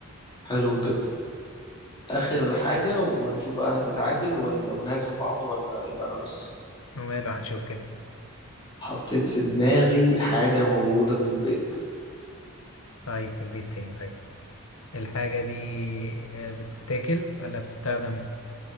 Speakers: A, on the left (about 25°); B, on the left (about 70°).
A: حلو جدا آخر حاجة ونشوف بقى هتتعادل ولا ونعزم بعض ولا يبقى أنا بس
B: وماله هنشوف كده
A: حطيت في دماغي حاجة موجودة في البيت
B: طيب في البيت تاني طيب الحاجة دي آه، بتتاكل ولا بتستخدم